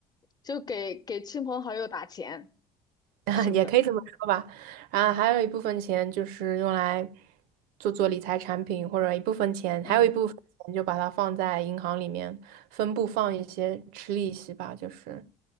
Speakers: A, on the left (about 25°); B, on the right (about 70°).
A: 就给给亲朋好友打钱，
B: <laughs>
A: 是不是？
B: 也可以这么说吧。然后还有一部分钱就是用来做做理财产品，或者一部分钱，
A: 嗯，
B: 还有一部分钱就把它放在银行里面，分部放一些吃利息吧，就是